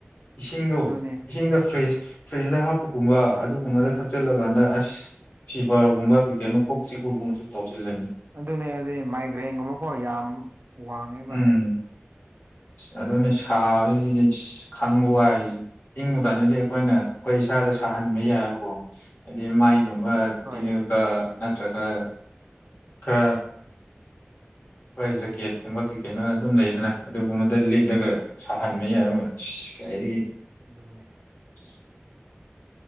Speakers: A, on the left; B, on the right.
A: ꯏꯁꯤꯡꯗꯣ
B: ꯑꯗꯨꯅꯦ
A: ꯏꯁꯤꯡꯗ ꯐ꯭ꯔꯤꯖ ꯐ꯭ꯔꯤꯖꯇ ꯍꯥꯞꯄꯒꯨꯝꯕ ꯑꯗꯨꯒꯨꯝꯕꯗ ꯊꯛꯆꯤꯜꯂꯀꯥꯟꯗ ꯑꯁ ꯐꯤꯚꯔꯒꯨꯝꯕ ꯀꯩ ꯀꯩꯅꯣ ꯀꯣꯛ ꯆꯤꯛꯄꯒꯨꯝꯕꯁꯨ ꯇꯧꯖꯤꯜꯂꯅꯤ
B: ꯑꯗꯨꯅꯦ ꯑꯗꯨꯅꯦ ꯃꯥꯏꯒ꯭ꯔꯦꯟꯒꯨꯝꯕꯀꯣ ꯌꯥꯝ ꯋꯥꯡꯉꯦꯕ
A: ꯎꯝ ꯑꯗꯨꯅꯦ ꯁꯥꯕꯁꯤꯗꯤ ꯏꯁ ꯈꯥꯡꯕ ꯋꯥꯏꯖꯦ ꯏꯪꯕ ꯀꯥꯟꯗꯗꯤ ꯑꯈꯣꯏꯅ ꯑꯩꯈꯣꯏ ꯏꯁꯥꯗ
B: ꯑꯗꯨꯅꯦ
A: ꯁꯥꯍꯟꯕ ꯌꯥꯏꯑꯕꯀꯣ ꯍꯥꯏꯗꯤ ꯃꯥꯏꯒꯨꯝꯕ
B: ꯍꯣꯏ
A: ꯇꯤꯡꯉꯒ ꯅꯠꯇꯔꯒ ꯈꯔ ꯈꯣꯏ ꯖꯦꯀꯦꯠꯀꯨꯝꯕ ꯀꯩ ꯀꯩꯅꯣ ꯑꯗꯨꯝ ꯂꯩꯗꯅ ꯑꯗꯨꯒꯨꯝꯕꯗ ꯂꯤꯠꯂꯒ
B: ꯍꯣꯏ
A: ꯁꯥꯍꯟꯕ ꯌꯥꯏ ꯑ ꯀꯥꯏꯗꯒꯤ
B: ꯑꯗꯨꯅꯦ
A: <inaudible>